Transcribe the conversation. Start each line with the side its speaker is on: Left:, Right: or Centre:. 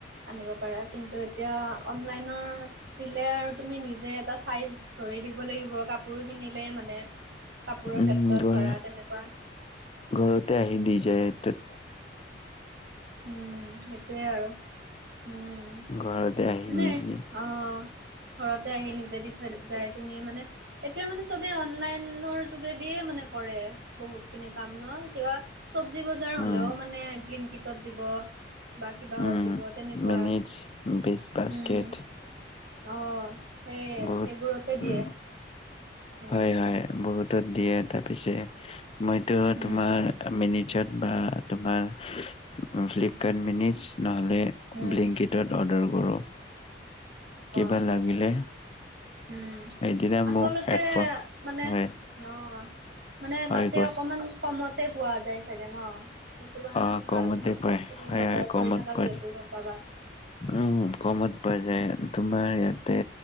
Right: আনিব পাৰা। কিন্তু এতিয়া অনলাইনত দিলে আৰু তুমি নিজে এটা ছাইজ ধৰি দিব লাগিব কাপোৰ কিনিলে মানে। কাপোৰৰ
Left: উম
Right: ক্ষেত্ৰত
Left: ঘৰ
Right: ধৰা তেনেকুৱা।
Left: ঘৰতে আহি দি যায়, টোত
Right: উম', সেইটোৱে আৰু উম
Left: ঘৰততে আহি
Right: মানে
Left: দিজে
Right: অ ঘৰতে আহি নিজে দি থৈ যাই, তুমি মানে এতিয়া মানে চবে অনলাইনৰ যোগেদিয়ে মানে কৰে বহুত খিনি কাম ন? কিবা চব্জি বজাৰ হলেও
Left: উম
Right: মানে বিলিংকিটত দিব। বা কিবাহত
Left: উম
Right: দিব তেনেকুৱা,
Left: মিনিটছ বিছ বাস্কেট
Right: উম। অ', সেই
Left: বহুত
Right: সেইবোৰতে দিয়ে।
Left: উম
Right: উম
Left: হয়, হয় বহুতত দিয়ে তাৰপিছে, মইতো
Right: উম
Left: তোমাৰ মিনিজত বা তোমাৰ ফ্লিপকাৰ্ট মিনিজ নহ'লে
Right: উম
Left: ব্লিংকিটত অৰ্ডাৰ কৰোঁ কিবা
Right: অ
Left: লাগিলে।
Right: উম,
Left: সেইদিনা
Right: আচলতে
Left: মোক হেডফোন
Right: মানে
Left: হয়
Right: অঁ, মানে
Left: হয়
Right: তাতে
Left: কোৱাচোন
Right: অকমান কমতে পোৱা যায় চাগে ন? সেইটো কাৰণেও
Left: অ
Right: ভাল
Left: কমতে
Right: ন?
Left: পায়
Right: তুমি
Left: হয়
Right: বজাৰ
Left: হয় কমত
Right: কৰি থাকা
Left: পোৱা
Right: যিহেতু
Left: যায়
Right: গম পাবা।
Left: উম, কমত পাই যায়। তোমাৰ ইয়াতে